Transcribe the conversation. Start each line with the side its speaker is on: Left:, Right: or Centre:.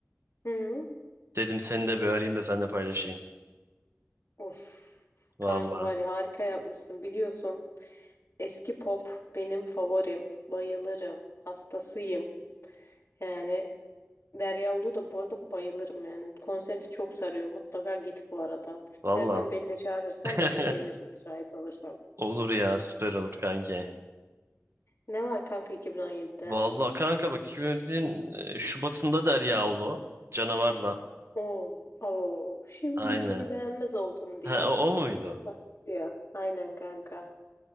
Left: Hı?
Right: Dedim seni de bir arayayım da seninle paylaşayım.
Left: Of.
Right: Valla.
Left: Kanki var ya harika yapmışsın biliyorsun. Eski pop benim favorim. Bayılırım. Hastasıyım. Yani Derya Ulu da bu arada bayılırım yani. konserde çok sarıyor. Mutlaka git bu arada.
Right: Valla.
Left: Giderken beni de çağırırsan
Right: <laughs>
Left: belki gelirim müsait olursam. <laughs>
Right: Olur ya süper olur kanki.
Left: Ne var kanka 2017'de?
Right: Valla kanka bak 2017'nin e, Şubat'ında Derya Ulu. Canavarla.
Left: Oo, oo, şimdi
Right: Aynen.
Left: beni beğenmez oldun diye.
Right: Ha, o, o muydu?
Left: Başlıyor. Aynen kanka.